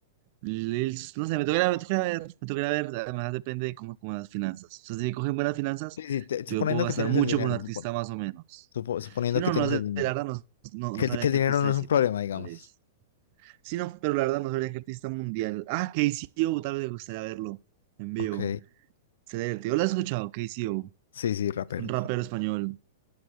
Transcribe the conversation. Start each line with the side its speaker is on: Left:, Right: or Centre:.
Right: Lil- no sé, me toca ir a me toca ir a ver, me toca ir a ver, además depende de cómo, cómo las finanzas. O sea, si me cogen buenas finanzas,
Left: Sí, sí, te- suponiendo
Right: yo puedo gastar
Left: que tienes
Right: mucho
Left: el dinero,
Right: por un artista
Left: supo-
Right: más o menos.
Left: supo- suponiendo
Right: Si no,
Left: que tienes
Right: no sé,
Left: el dinero.
Right: la verdad, no, no,
Left: Que,
Right: no sabría
Left: el que el
Right: qué
Left: dinero
Right: artista
Left: no
Right: decirte,
Left: es un problema, digamos.
Right: cuál es. Sí, no, pero la verdad no sabría qué artista mundial. Ah, KCO, tal vez me gustaría verlo en vivo.
Left: Ok.
Right: Sería divertido. ¿Lo has escuchado? KCO.
Left: Sí, sí, rapero.
Right: Es un rapero
Left: claro.
Right: español.